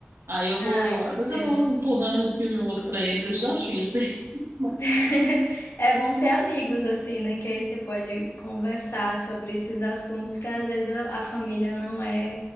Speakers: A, on the right; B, on the left.
A: Aí eu
B: Ai,
A: vou,
B: que
A: às vezes
B: pena.
A: eu vou empurrando um filme ou outro pra eles, eles assistem. <laughs>
B: <laughs> É bom ter amigos assim, né? Que aí você pode conversar sobre esses assuntos que às vezes a a família não é